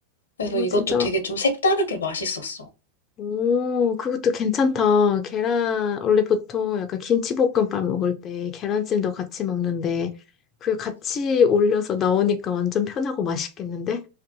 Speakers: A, on the left (about 90°); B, on the left (about 35°).
A: 그래서
B: 어,
A: 이것도
B: 진짜
A: 되게 좀 색다르게 맛있었어.
B: 오, 그것도 괜찮다. 계란, 원래 보통 약간 김치볶음밥 먹을 때 계란찜도 같이 먹는데, 그 같이 올려서 나오니까 완전 편하고 맛있겠는데?